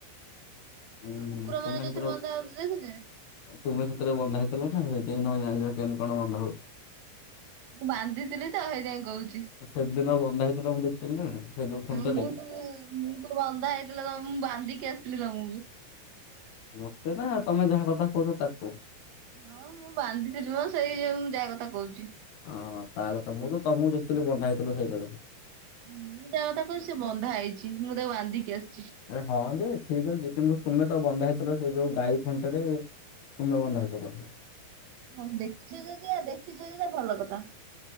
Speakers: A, on the left (about 65°); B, on the right (about 80°).
A: ହୁଁ ହୁଁ
B: କୁକୁର ମାନେ
A: ତୁମେ
B: ଯୋଉଥିରେ
A: ସେତରେ
B: ବନ୍ଧା ହୁଅନ୍ତି ଦେଖିଛ?
A: ତୁମେ ସେଷତରେ ବନ୍ଧା ହେଇଥିଲ ନା ସେ ନ ଜାଣି କେମତି କଣ ବଧ ହଉ
B: ମୁଁ ବାନ୍ଧିଥିଲି ତ ସେଇ ଯାଇ କହୁଛି
A: ସେଦିନ ବନ୍ଧା ହେଇଥିଲା ମୁଁ ଦେଖିଥିଲି ନା ସେ ଯୋଉ ଖୁଣ୍ଟରେ।
B: ମୁଁ ତ ମୁଁ ତ ବନ୍ଧା ହେଇଥିଲା ମୁଁ ବାନ୍ଧିକି ଆ ଦ ମୁୁ
A: ମତେ ନା ତମେ ଯାହା କଥା କହୁଛ ତାକୁ?
B: ହଁ ମୁଁ ବାନ୍ଧିଥିଲିୁ ସେଇ ଯୋଉ ମୁଁ ଯାହା କଥା କହୁଛି।
A: ଓଁ ତା କଥା ମୁଁ ତ ତମକୁ ଦେଖୁଥିଲି ବଧା ହେଇଥିଲ ସେଇଥିବେ
B: ମୁଁ ଯାହା କଥା କ ସେ ବନ୍ଧା ହେଇଛି ମୁଁ ତାକୁ ବାନ୍ଧିକି ଆସିି
A: ରେ ହଁ ଯେ ଠିକ ଅଛି, କିନ୍ତୁ ତୁମେ ତ ବନ୍ଧା ହେଇଥିଲ ସେ ଯୋଉ ଗାଈ ଖଣ୍ଟା ତୁମେ ବନ୍ଦ ହେଲେ
B: ହଁ ଦେଖିଛୁ ଯଦି ଆଉ ଦେଖିଛୁ ଯ ତା ଭଲ କଥା